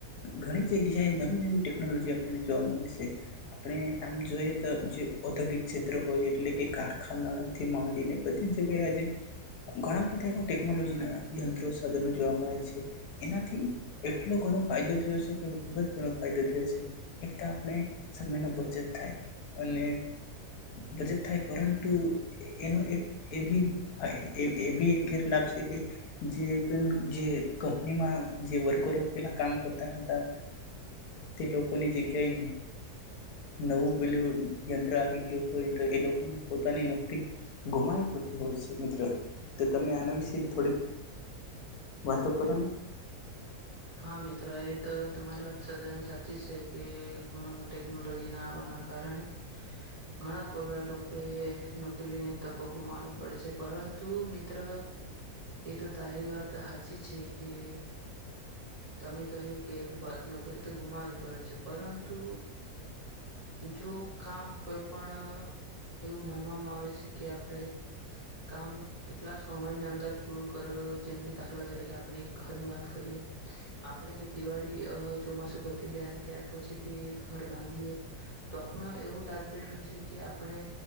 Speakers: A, on the left; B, on the right.
A: ઘણી જગ્યાએ નવી નવી ટેકનોલોજી આપણને જોવા મળે છે. આપણે આમ જોઈએ તો જે ઔદ્યોગિક ક્ષેત્ર હોય એટલે કે કારખાનાથી માંડીને બધી જ જગ્યાએ આજે ઘણા બધા એવા ટેકનોલોજી ના યંત્રો સાધનો જોવા મળે છે. એનાથી એટલો ઘણો ફાયદો થયો છે કે ખુબ જ ઘણો ફાયદો થયો છે એક તો આપણે સમયની બચત થાય અને બચત થાય પરંતુ એનો એક એ ભી એ ભી એક ગેરલાભ છે કે જે પણ કંપનીમાં જે વર્કરો પેલા કામ કરતા હતા તે લોકોની જગ્યાએ નવું પેલું યંત્ર આવી ગયું હોય તો એ લોકોને પોતાની નોકરી ગુમાવી પડતી હોય છે મિત્રો. તો તમે આના વિશે થોડીક વાતો કરો ને.
B: હા મિત્ર એ તો તમારી વાત સાચી છે કે ઘના ટેકનોલોજી ના આવવાના કારણે ઘણા ખોરા લોકોએ નોકરીની તકો ગુમાવી પડે છે. પરંતુ મિત્ર એ તો તારી વાત હાચી છે કે તમે કહ્યું કે નોકરી તો ગુમાવીવી પડે છે. પરંતુ જો કામ કોઈ પણ એવું માનવામાં આવે છે કે આપણે કામ કેટલા સમયની અંદર પૂરું કરો. જેમ કે દાખલા તરીકે આપણે એક ઘરની વાત કરીએ. આપણે જો દિવાળી અ ચોમાસું પતી જાય અને ત્યાર પછીથી ઘર બાંધીએ તો આપણ એવું ટાર્ગેટ હોય છે કે આપણે